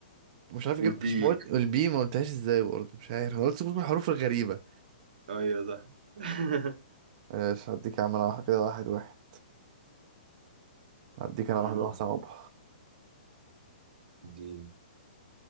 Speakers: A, on the right; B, on the right.
A: مش عارف
B: والبي
A: جبتش ما قلت والبي ما قلتهاش ازاي برضه مش عارف انا قلت كل الحروف الغريبة
B: ايوه صح <laughs>
A: ماشي هديك يا عم انا واحد كده واحد واحد هديك انا
B: أمم،
A: واحدة واحدة صعبة
B: دي